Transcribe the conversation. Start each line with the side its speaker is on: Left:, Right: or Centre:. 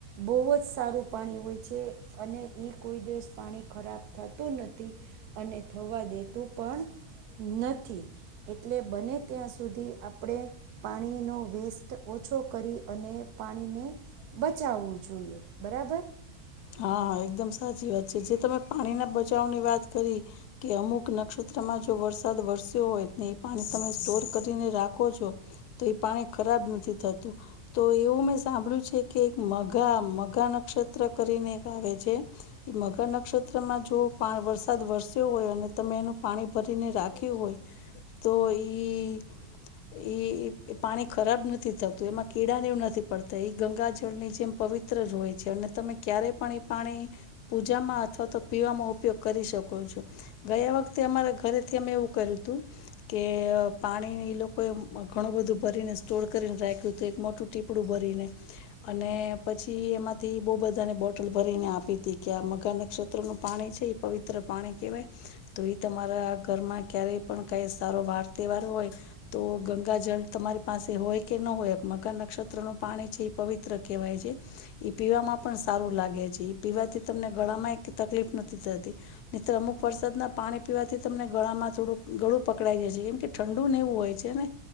Right: બહુ જ સારું પાણી હોય છે અને એ- - કોઈ દિવસ પાણી ખરાબ થતું નથી અને થવા દેતું પણ- - નથી એટલે બને ત્યાં સુધી આપણે પાણીનો વેસ્ટ ઓછો કરી અને પાણીને બચાવવું જોઈએ બરાબર.
Left: હા, હા એકદમ સાચી વાત છે જે તમે પાણીના બચાવની વાત કરી કે અમુક નક્ષત્રમાં જો વરસાદ વરસ્યો હોય એ પાણી તમે સ્ટોર કરીને રાખો છો. તો એ પાણી ખરાબ નથી થતું. તો એવું મેં સાંભળ્યું છે કે એક મઘા મઘા નક્ષત્ર કરીને એક આવે છે. મઘા નક્ષત્રમાં જો પા વરસાદ વરસ્યો હોય અને તમે એનું પાણી ભરીને રાખ્યું હોય તો ઈ- - એ પાણી ખરાબ નથી થતું એમાં કીડાને એવું નથી પડતા એ ગંગા જળની જેમ પવિત્ર જ હોય છે અને તમે ક્યારે પણ એ પાણી પૂજામાં અથવા તો પીવામાં ઉપયોગ કરી શકો છો. ગયા વખતે અમારા ઘરેથી અમે એવું કર્યું હતું કે પાણી ઈ લોકોએ ઘણું બધું ભરીને સ્ટોર કરીને રાખ્યું હતુ એક મોટું ટીપ ડું ભરીને અને પછી એમાંથી બહું બધા બધાને બોટલ ભરીને આપી હતી કે આ મગા નક્ષત્ર નું પાણી છે એ પવિત્ર પાણી કહેવાય તો એ તમારા ઘરમાં ક્યારેય પણ કઈ સારો વાર તહેવાર હોય તો ગંગા જળ તમારી પાસે હોય કે ન હોય મગા નક્ષત્ર નું પાણી છે એ પવિત્ર કહેવાય છે. પીવામાં પણ સારું લાગે છે પીવાથી તમને ગળામાં તકલીફ નથી થતી. નિતર અમુક વરસાદ ના પાણી પીવાથી તમને ગળામાં થોડું ગળું પકડાઈ જશે કેમ કે ઠંડુ ને એવું હોય છે ને